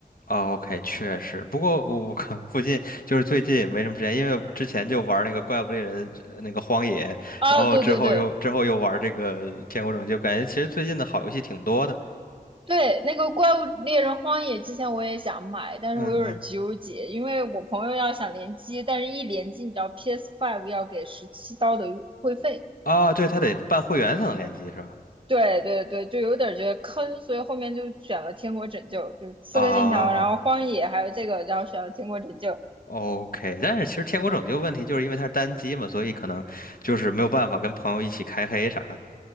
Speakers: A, on the left (about 65°); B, on the right (about 35°).
A: 哦，OK，确实。不过我我 <laughs> 可附近就是最近也没什么时间，因为之前就玩那个怪物猎人呃那个荒野，
B: 啊，
A: 然后之后又之后又玩这个天国拯救，
B: 对对对。
A: 感觉其实最近的好游戏挺多的。
B: 对，那个《怪物猎人荒野》之前我也想买，但是我有点纠结，
A: 嗯嗯。
B: 因为我朋友要想联机，但是一联机，你知道 PS5 要给十七刀的会费，
A: 啊，对，他得办会员才能联机是吧？
B: 对对对，就有点觉得坑，所以后面就选了《天国拯救》，就是《刺客信条》，
A: 啊
B: 然后《荒野》，还有这个，然后选了《天国拯救》。
A: 哦，OK。但是其实《天国拯救》问题就是因为它是单机嘛，所以可能就是没有办法跟朋友一起开黑啥的。